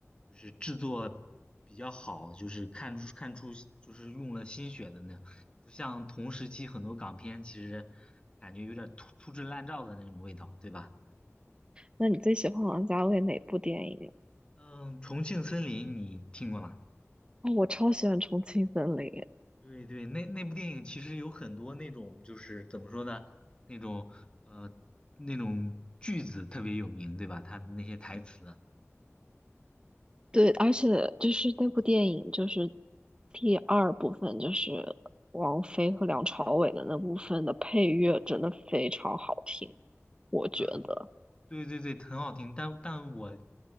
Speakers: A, on the left; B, on the right.
A: 就是制作比较好，就是看出看出就是用了心血的那样不像同时期很多港片其实感觉有点粗粗制滥造的那种味道，对吧？
B: 那你最喜欢王家卫哪部电影啊？
A: 嗯，《重庆森林》你听过吗？
B: 哦我超喜欢《重庆森林》。
A: 对对，那那部电影其实有很多那种就是怎么说呢，那种呃那种句子特别有名，对吧？他的那些台词，
B: 对，而且就是那部电影，就是第二部分，就是王菲和梁朝伟的那部分的配乐真的非常好听，我觉得。
A: 嗯，对对对，很好听，但但我